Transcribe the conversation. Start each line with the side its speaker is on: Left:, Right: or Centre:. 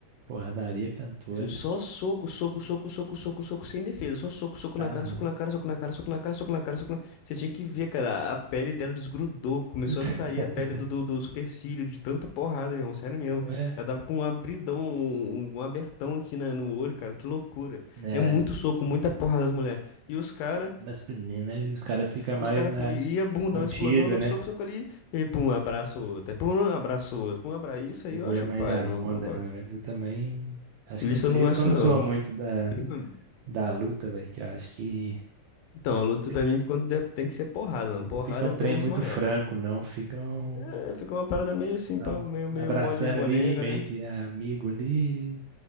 Right: porradaria cantor, né?
Left: Só soco, soco, soco, soco, soco, soco, sem defesa. Só soco, soco na
Right: Aham.
Left: cara, soco na cara, soco na cara, soco na cara, soco na cara, soco na... cara. Você tinha que ver, cara, a pele dela desgrudou, começou
Right: <laughs>
Left: a sair a pele do, do, do supercílio, de tanta porrada, meu irmão, sério mesmo.
Right: Não é?
Left: Ela tava com um abridão, um, um abertão aqui na, no olho, cara, que loucura.
Right: Né?
Left: É muito soco, muita porrada das mulheres. E os cara,
Right: Masculino, né? Os caras ficam mais
Left: os cara,
Right: na,
Left: pu- ia, bum,
Right: contido,
Left: dá uma explosão, dois
Right: né?
Left: socos, soco ali, e aí, pum, abraço outro, aí, pum, abraço outro, pum, abraço. Isso
Right: Segura
Left: aí eu acho
Right: mais
Left: paia
Right: a
Left: no,
Right: onda,
Left: no boxe.
Right: né, velho? Eu também. Acho
Left: Isso
Right: que é por
Left: eu não
Right: isso
Left: gosto,
Right: que eu não
Left: não.
Right: sou muito da,
Left: <clears throat>
Right: da luta, velho. Que eu acho que
Left: Então,
Right: muitas
Left: a luta
Right: vezes
Left: pra mim quando der- tem que ser porrada, mano. Porrada
Right: não fica um
Left: até
Right: trem
Left: um
Right: muito
Left: desmaiar.
Right: franco, não. Ficam
Left: É, fica uma parada meio assim,
Right: ab-
Left: pau- meio, meio
Right: abraçando
Left: mole molenga,
Right: ali, meio
Left: né?
Right: de amigo ali,